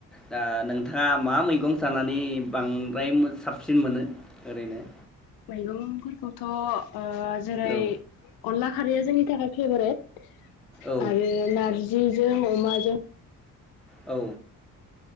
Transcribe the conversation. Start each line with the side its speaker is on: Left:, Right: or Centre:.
Centre: दा नोंथाङा मा मैगं जानानै बांद्राय मो साबसिन मोनो ओरैनो?
Left: मैगं फोरखौथ जेरै
Centre: औ
Left: अनला खारैया जोंनि थाखाय फेभरेट।
Centre: औ
Left: आरो नारजि जिजों अमाजों
Centre: औ